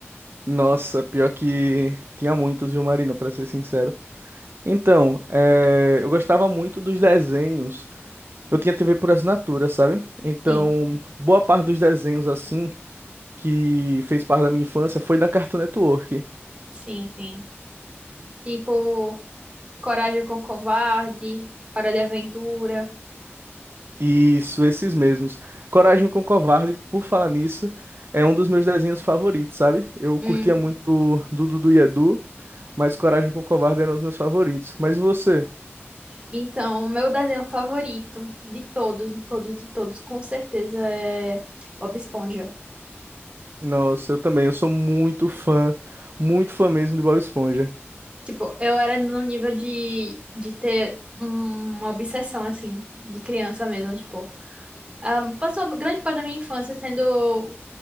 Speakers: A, on the right; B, on the right.
A: Nossa, pior que tinha muitos, viu, Marina, pra ser sincero. Então, é, eu gostava muito dos desenhos. Eu tinha TV por assinatura, sabe? Então,
B: Sim,
A: boa parte dos desenhos, assim, que fez parte da minha infância foi da Cartoon Network.
B: sim, sim. Tipo, Coragem com Covarde, Hora de Aventura.
A: Isso, esses mesmos. Coragem com Covarde, por falar nisso, é um dos meus desenhos favoritos, sabe? Eu
B: Hum.
A: curtia muito do Dudu e Edu, mas Coragem com Covarde era um dos meus favoritos. Mas e você?
B: Então, o meu desenho favorito de todos, de todos, de todos, com certeza é Bob Esponja.
A: Nossa, eu também, eu sou muito fã, muito fã mesmo de Bob Esponja.
B: Tipo, eu era no nível de, de ter um, uma obsessão, assim, de criança mesmo, tipo. Ahn, passou grande parte da minha infância sendo